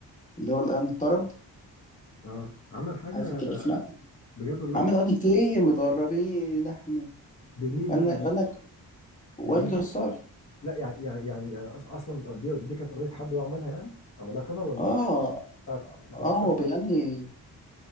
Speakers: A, on the left; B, on the left.
A: اللي هو الأغاني الطرب
B: اه عمل حاجة
A: عايزك كده اسمع
B: بجد والله
A: عمل أغاني كتير متغربين احنا
B: دي لمين
A: غنى
B: بقى
A: غنى
B: دي
A: وائل
B: دي لمين
A: جسار
B: أصلا؟ لا يعني يعني يعني أنا أص- اصلا دي دي كانت اغنيه حد هو عملها يعني عملها كفر ولا
A: اه
B: بتاعت ما
A: اه
B: تعرفش
A: هو
B: بتاعت
A: بيغني
B: مين؟